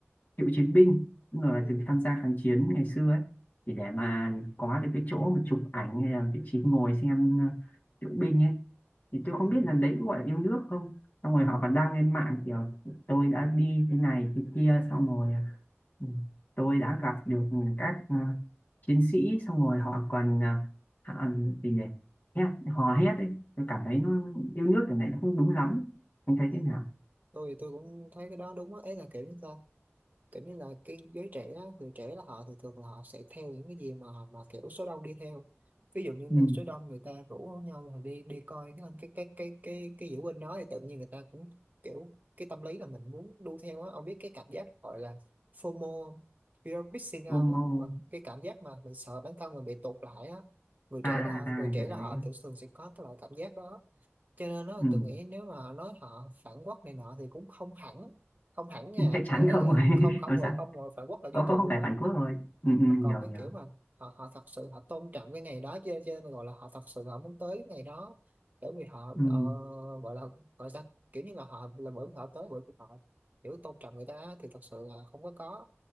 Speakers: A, on the left; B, on the right.
A: cựu chiến binh những người mà
B: ừ,
A: từng tham gia kháng chiến ngày xưa ấy chỉ để mà có được cái chỗ mà chụp ảnh hay là vị trí ngồi xem ờ, diễu binh ấy thì tôi không
B: ừ,
A: biết là đấy có gọi là yêu nước không xong rồi họ còn đăng lên mạng kiểu tôi đã đi thế này thế kia xong rồi ừ, tôi đã gặp được các ờ, chiến sĩ xong rồi họ còn ờ, họ, gì nhỉ hét hò hét ấy tôi cảm thấy nó yêu nước cái này nó không đúng lắm anh thấy
B: ừ.
A: thế nào
B: tôi tôi cũng thấy cái đó đúng á ấy là kiểu sao kiểu như là cái giới trẻ á, người trẻ là họ thường thường là họ sẽ theo những cái gì mà mà kiểu số đông đi theo ví dụ như là
A: ừ.
B: số đông người ta rủ nhau là đi đi coi cái cái cái cái cái cái diễu binh đó thì tự nhiên người ta cũng kiểu cái tâm lý là mình muốn đu theo á ông biết cái cảm giác gọi là FOMO không? fear of missing out
A: Como
B: á Vâng, cái cảm giác mà mình sợ bản thân mình bị tụt lại á người
A: à
B: trẻ là họ-
A: à
B: người trẻ
A: cái đấy
B: là họ thường thường sẽ có cái loại cảm giác đó cho nên đó,
A: ừ.
B: tôi nghĩ nếu mà nói họ phản quốc này nọ thì cũng không hẳn không hẳn nha
A: chắc chắn
B: Ê, ê,
A: không
B: ê,
A: rồi <laughs>
B: không không
A: làm
B: rồi
A: sao
B: không rồi phản quốc là
A: không
B: vô tù
A: không
B: rồi
A: phải bản Quốc rồi ừ, ừ,
B: mà còn
A: hiểu
B: cái
A: hiểu
B: kiểu mà họ họ thật sự họ tôn trọng cái ngày đó cho nên cho nên gọi là họ thật sự họ muốn tới cái ngày đó bởi vì họ
A: ừ,
B: ờ, gọi là gọi sao kiểu như là họ là bởi vì họ tới bởi vì họ hiểu tôn trọng người ta thì thật sự là không có có